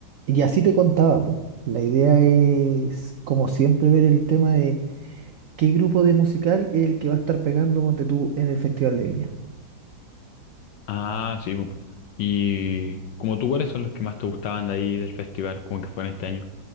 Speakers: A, on the right; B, on the left.
A: Y así te contaba, po. La idea es, como siempre, ver el tema de qué grupo de musical es el que va a estar pegando, ponte tú, en el Festival de Viña.
B: Ah, sí. bu. Y como tú, ¿cuáles son los que más te gustaban de ahí del festival, como que fue en este año?